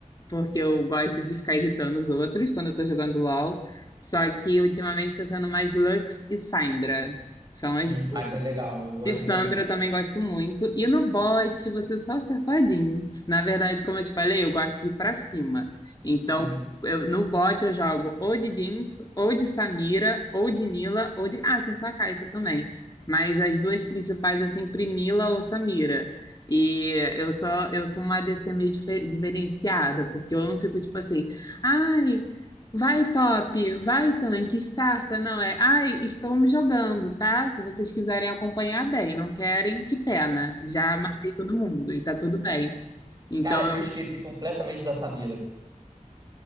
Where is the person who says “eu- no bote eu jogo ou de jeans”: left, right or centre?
Left